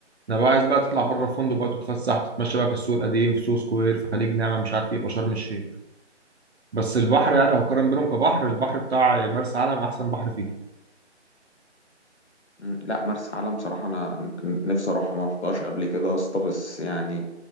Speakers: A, on the right; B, on the left.
A: انا بقى عايز بقى تطلع بره الفندق بقى تتفسح تتمشى بقى في السوق القديم في سوق سكوير في خليج نعمه مش عارف ايه يبقى شرم الشيخ بس البحر يعني لو هقارن بينهم كبحر البحر بتاع مرسى علم احسن بحر فيه
B: مم، لا مرسى علم صراحه انا ن- ن- نفسي اروحها ما رحتهاش قبل كده يا اسطى بس يعني